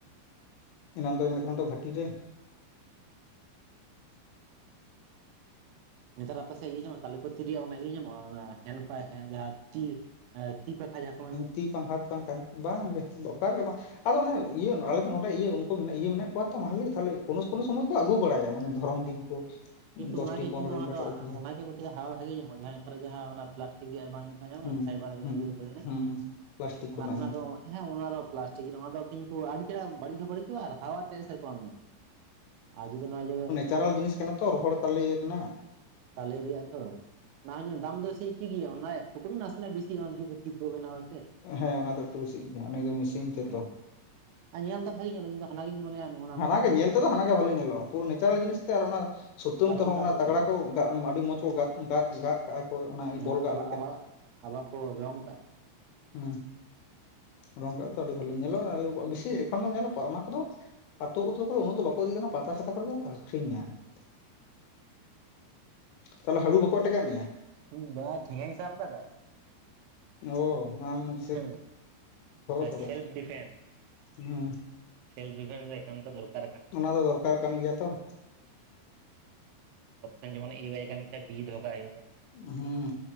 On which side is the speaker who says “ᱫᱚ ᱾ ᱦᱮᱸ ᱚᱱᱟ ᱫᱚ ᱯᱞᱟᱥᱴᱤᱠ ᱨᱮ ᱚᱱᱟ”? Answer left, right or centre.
Right